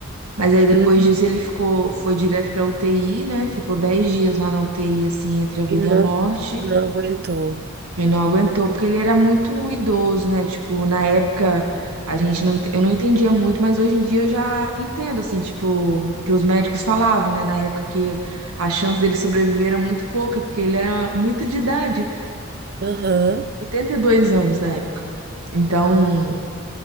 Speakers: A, on the right; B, on the right.
A: Mas aí depois
B: Uhum.
A: disso ele ficou, foi direto pra UTI, né? Ficou 10 dias lá na UTI, assim, entre a vida
B: E não,
A: e a morte.
B: não aguentou.
A: E não aguentou, porque ele era muito idoso, né? Tipo, na época a gente não, ent- eu não entendia muito, mas hoje em dia eu já entendo, assim, tipo, que os médicos falavam, né? Na época que a chance dele sobreviver era muito pouca, porque ele era muito de idade,
B: Aham.
A: 82 anos na época. Então,